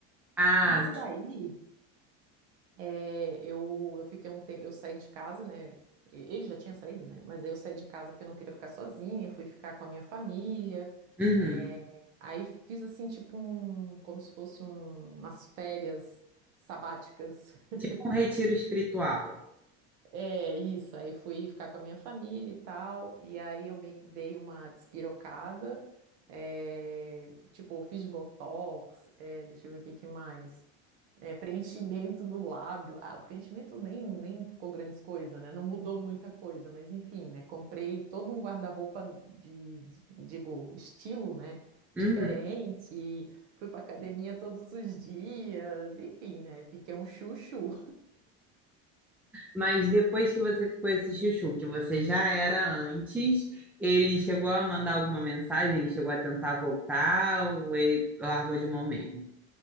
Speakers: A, in the centre; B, on the right (about 80°).
A: ah,
B: Mas daí, é, eu, eu fiquei um tempo, eu saí de casa, né? E- Ele já tinha saído, né? Mas aí eu saí de casa porque eu não queria ficar sozinha, fui ficar com a minha família.
A: uhum.
B: É, aí fiz assim, tipo um, como se fosse um- umas férias sabáticas. <laughs>
A: Tipo um retiro espiritual.
B: É, isso, aí fui ficar com a minha família e tal, e aí eu meio que dei uma despirocada, é, tipo, fiz botox, é, deixa eu ver o que que mais é, preenchimento no lábio. Ah, o preenchimento nem, nem ficou grandes coisas, né? Não mudou muita coisa, mas enfim, né? Comprei todo um guarda-roupa de, de- digo, estilo, né?
A: Uhum.
B: Diferente, fui pra academia todos os dias, enfim, né? Fiquei um chuchu.
A: Mas depois que você ficou esse chuchu, que você já era antes, ele chegou a mandar alguma mensagem? Ele chegou a tentar voltar ou ele largou de mão mesmo?